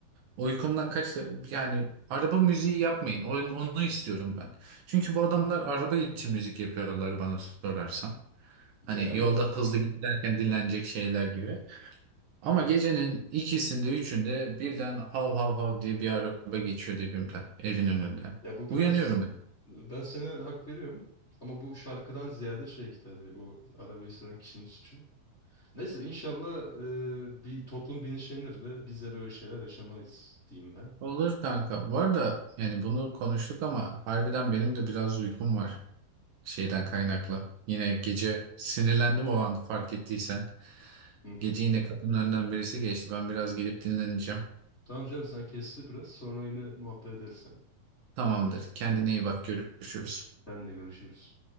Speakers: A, on the right; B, on the left.
A: Uykumdan kaçtı yani araba müziği yapmayın. Onu, onu istiyorum ben. Çünkü bu adamlar araba için müzik yapıyorlar bana sorarsan.
B: Ya
A: Hani
B: evet.
A: yolda hızlı giderken dinlenecek şeyler gibi. Ama gecenin ikisinde üçünde birden hav hav hav diye bir araba geçiyor dibimden, evin önünden.
B: Ya bu biraz
A: Uyanıyorum
B: ben sana hak veriyorum. Ama bu şarkıdan ziyade şey tabii o arabayı süren kişinin suçu. Neyse inşallah e, bir toplum bilinçlenir de biz de böyle şeyler yaşamayız diyeyim ben.
A: Olur kanka. Bu arada yani bunu konuştuk ama harbiden benim de biraz uykum var şeyden kaynaklı. Yine gece sinirlendim o an fark ettiysen.
B: Hı hı.
A: Gece yine kapının önünden birisi geçti. Ben biraz gidip dinleneceğim.
B: Tamam canım sen kestir biraz sonra yine muhabbet edersen.
A: Tamamdır. Kendine iyi bak. Görüşürüz.
B: Sen de görüşürüz.